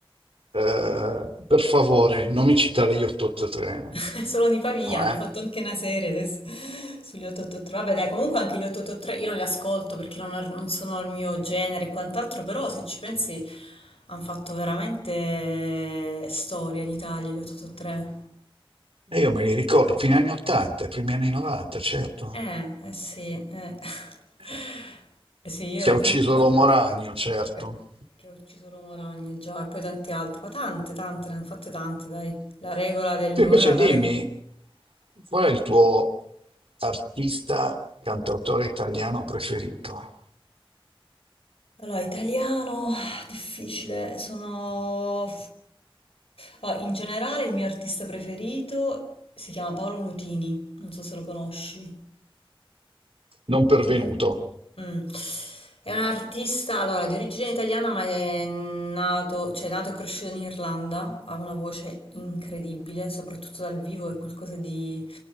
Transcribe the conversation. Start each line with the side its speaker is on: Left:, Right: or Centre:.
Right: Eh, per favore, non mi citare gli 883.
Left: <laughs> Sono di Pavia,
Right: No,
Left: hanno
Right: eh?
Left: fatto anche una serie adesso sugli 883. Vabbè, dai, comunque anche gli 883 io non li ascolto perché non, non sono il mio genere e quant'altro, però se ci pensi hanno fatto veramente storia in Italia gli 883.
Right: E io me li ricordo, fine anni 80, primi anni 90, certo.
Left: Eh, eh sì, eh. <laughs>
Right: Eh,
Left: Eh sì, io
Right: Che
Left: ero
Right: ha
Left: piccola
Right: ucciso l'uomo ragno, certo.
Left: che, che ho ucciso l'uomo ragno già e poi tante altre, ma tante, tante, ne hanno fatte tante, dai. La regola del
Right: Tu
Left: mio
Right: invece
Left: era la
Right: dimmi,
Left: regola.
Right: Qual è il tuo artista, cantautore italiano preferito?
Left: Allora, italiano, difficile, sono... Allora, in generale il mio artista preferito si chiama Paolo Nutini, non so se lo conosci.
Right: Non pervenuto.
Left: Ed è Mm. È un artista, allora, di origine italiana, ma è nato, cioè, è nato e cresciuto in Irlanda, ha una voce incredibile, soprattutto dal vivo, è qualcosa di...